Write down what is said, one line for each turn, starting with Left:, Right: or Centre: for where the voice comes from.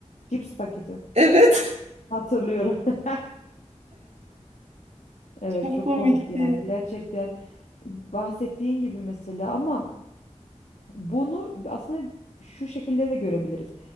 Left: cips paketi.
Right: Evet.
Left: Hatırlıyorum. <laughs> Evet
Right: <laughs> Çok
Left: çok
Right: komikti.
Left: komikti yani gerçekten bahsettiğin gibi mesela ama bunu aslında şu şekilde de görebiliriz.